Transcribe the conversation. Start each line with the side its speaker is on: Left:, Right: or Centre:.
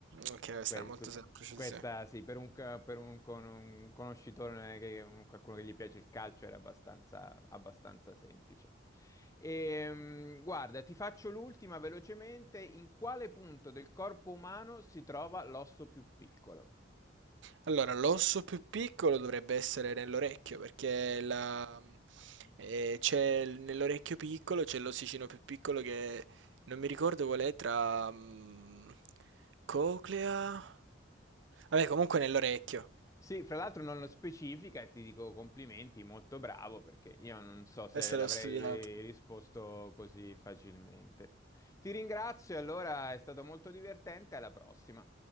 Right: Ok, questa
Left: Que-
Right: era molto
Left: que-
Right: semplice,
Left: questa
Right: sì, sì.
Left: sì, per un, ca- per un con- un conoscitore, che- un- qualcuno che gli piace il calcio, era abbastanza, abbastanza semplice. Ehm, guarda, ti faccio l'ultima velocemente. In quale punto del corpo umano si trova l'osso più piccolo?
Right: Allora, l'osso più piccolo dovrebbe essere nell'orecchio, perché la- eh, c'è il- nell'orecchio piccolo c'è l'ossicino più piccolo che non mi ricordo qual è tra mm, coclea. Vabbè, comunque nell'orecchio.
Left: Sì, fra l'altro non lo specifica e ti dico complimenti, molto bravo, perché io non so se
Right: essere
Left: l'avrei
Right: studiato
Left: eh, risposto così facilmente. Ti ringrazio, allora è stato molto divertente, alla prossima.